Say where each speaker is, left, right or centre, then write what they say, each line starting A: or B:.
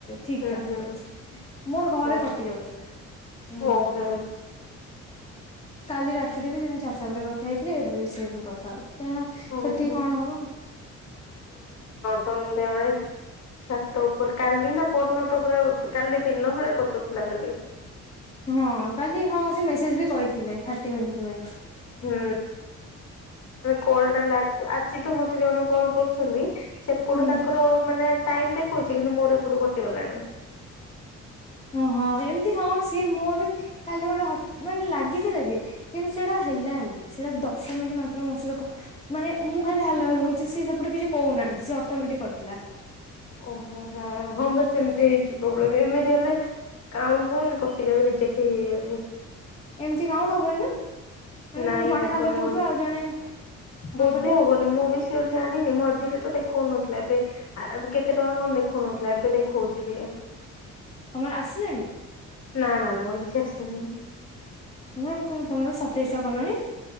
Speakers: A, on the left; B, on the left.
A: ଠିକ
B: ହୁଁ
A: ଠାକ୍
B: ହୁଁ
A: କରିଛ। ମୋର
B: ହଁ
A: ଘରେ କଟି ଯାଉଛି। ହୁଁ
B: ଓହୋ
A: କାଲି ରାତିରେ ବି ସେମିତି ଛାତ ଉପରେ କଥା ହେଇଥିଲି। ଏବେ ସେମିତି କଥା ହଉଛି। କାଁ
B: ଓହୋ।
A: ସେଠିକି କଣ ହବ।
B: ସନ୍ଧ୍ୟାବେଳେ ଛାତ ଉପରେ କାଲି ନା ପର୍ଣତ ପୁରା କାଲି ଦିନ ବେଳେ କଟୁଥିଲା କାଲି।
A: ହଁ କାଲି ହଁ ସେ ମେସେଜ ବି କହିଥିଲେ ଥାର୍ଟି ମିନିଟ ପାଇଁ।
B: ହୁଁ। କଲ୍ ଟା ଲାଗୁ ଆଜି ତ ମତେ ଜଣେ କଲ୍ କରୁଛନ୍ତି ସେପଟୁ
A: ହୁଁ
B: ତାଙ୍କର ମାନେ ଟାଇମ୍ ଦେଖଉଛି କିନ୍ତୁ ମୋର ଏପଟୁ କଟିଗଲାଣି
A: ହଁ ହଁ ଏମିତି ହଁ ସିଏ ମୋର କାଲି ଗୋଟେ ହଟ ମାନେ ଲାଗିଥିଲା ଯେ? କିନ୍ତୁ ସେଟା ହେଲାନି ସେଇଟା ଦଶ ମିନିଟ୍ ମାତ୍ର ମୋ ସହିତ କ ମାନେ ମୁଁ ଖାଲି ହ୍ୟାଲୋ ହ୍ଯାଲୋ ହଉଛି। ଜେ ସିଏ ସେପଟୁ କିଛି କହୁନାହାନ୍ତି ସି ଅଟୋମେଟିକ୍ କଟିଲା।
B: ଓହୋ ହୋ ହଁ ବା ସେମିତି ହେଇଛି। <unintelligible> ଏମିତି ହେଲେ କାଉଣ୍ଟ ହଉନି କଟିଯାଉ ରିଜେକ୍ଟ ହେଇ ହେଇ ଯାଉଚି।
A: ଏମିତି କାଉଣ୍ଟ ହବନି ନା। ମାନେ
B: ନାଇଁ
A: ମୁଁ ଜଣେ
B: ହବନି
A: ହାଲୋ କହୁଥିବ
B: ବୋଧେ
A: ଆଉ ଜଣେ ନ
B: ବୋଧେ
A: କଲେ
B: ହବନି ମୁଁ ବି ସିଓର ଜାଣିନି ମଝିରେ ତ ଦେଖଉନଥିଲା ଏବେ ଆ କେତେ ଟଙ୍କା କଣ ଦେଖଉନଥିଲା ଏବେ ଦେଖଉଚି ଟିକେ।
A: ତମର ଆସିଲେଣି?
B: ନା ନା ମୋର କିଛି ଆସିନି।
A: ତମେ କଣ ତମେ ପା ସତେଇଶି ଟା କଲଣି।